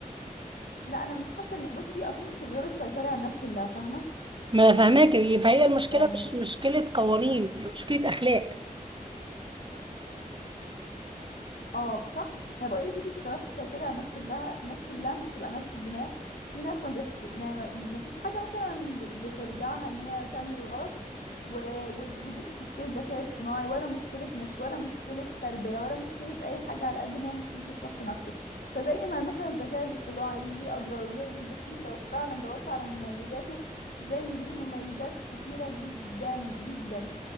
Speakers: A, on the left (about 85°); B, on the right (about 35°).
A: لا انا مش حاسه ان بصي اصل انت مش هتقدري تسيطري على الناس كلها فاهمه
B: ما فاهماك فهي المشكله
A: يعني
B: مش مشكله قوانين هي مشكله اخلاق
A: اه صح ما انا بقول لك انت مش هتعرفي تسيطري على الناس كلها الناس كلها مش هتبقى نفس الدماغ في ناس ما بيحكم يعني ما ما فيش حاجه مثلا ب- بتردعها ان هي تعمل الغلط و... و... ودي مش مشكله ذكاء اصطناعي ولا مشكله نت ولا مشكله تربيه ولا مشكله اي حاجه على قد ما هي مشكله الشخص نفسه فزي ما مثلا الذكاء الاصطناعي ليه اضرار وليه عيوب بس انت لو فعلا دورت على مميزاته هتلاقي ان ليه مميزات كتيره جدا جدا